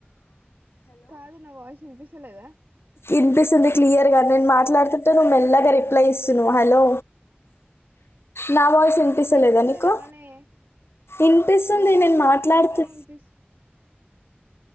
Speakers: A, on the right; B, on the left.
A: కాదు నా వాయిస్ ఇన్పిస్సలేదా
B: ఇన్పిస్సుంది క్లియర్ గా నేను మాట్లాడ్తుంటే నువ్ మెల్లగ రిప్లై ఇస్సున్నవ్ హలో నా వాయిస్
A: వినిపిస్తలేదానే
B: ఇన్పిస్సలేదా నీకు ఇన్పిస్సుంది
A: నీ వాయిస్
B: నేను
A: క్లారిటీగానే
B: మాట్లాడ్తే
A: వినిపిస్